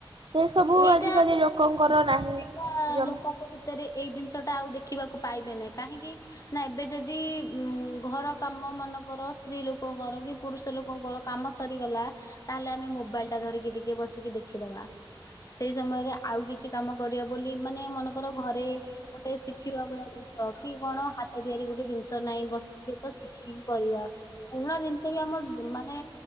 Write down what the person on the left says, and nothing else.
ଏଇଟା
<unintelligible>
ଲୋକଙ୍କ ଭିତରେ ଏଇ ଦିନ୍ସ ଆଉ ଦେଖିବାକୁ ପାଇବେନି କାହିଁକି ନା ଏବେ ଯଦି ଉଁ ଘର କାମ ମାନେକର ସ୍ତ୍ରୀ ଲୋକଙ୍କର କି ପୁରୁଷ ଲୋକଙ୍କର କାମ ସରିଗଲା। ତାହେଲେ ଆମେ ମୋବାଇଲ ଟା ଧରିକି ଟିକେ ବସିକି ଦେଖ ଦେଖିଦବା ସେଇ ସମୟରେ ଆଉ କିଛି କାମ କରିବା ବୋଲି ମାନେ ମନେକର ଘରେ ଗୋଟେ ଶିଖିବା ଭଳିଆ ଦନ୍ସ କି କଣ ହାତ ତିଆରି ଗୋଟେ ଜିନିଷ ନାହିଁ। ବସିକି ତ ଶିଖିକି କରିବା ପୁରୁଣା ଜିନିଷ ବି ଆମ ମାନେ